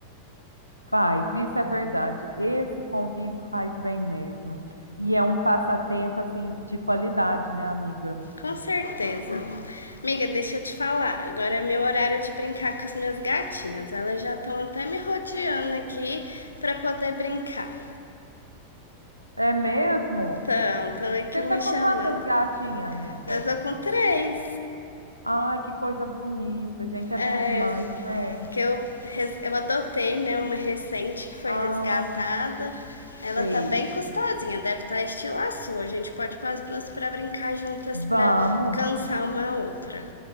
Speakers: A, on the right; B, on the left.
A: Faz, isso é verdade. Esse convívio faz bem mesmo. E é um passatempo assim de qualidade, né, amiga?
B: Com certeza. Amiga, deixa eu te falar. Agora é meu horário de brincar com as minhas gatinhas. Elas já estão até me rodeando aqui para poder brincar.
A: É mesmo?
B: Então, estão aqui
A: Você
B: me
A: tá com
B: chamando.
A: quantas gatinhas, amiga?
B: Eu tô com três.
A: Ai, que coisa bonita, gente, é
B: É,
A: bom demais, né?
B: que eu, res- eu adotei, né? Uma recente que foi
A: Ah,
B: resgatada. Ela
A: sei.
B: tá bem custosinha, deve estar estilo a sua. A gente pode pôr as duas para brincar juntas para
A: Vamos,
B: cansar uma a outra.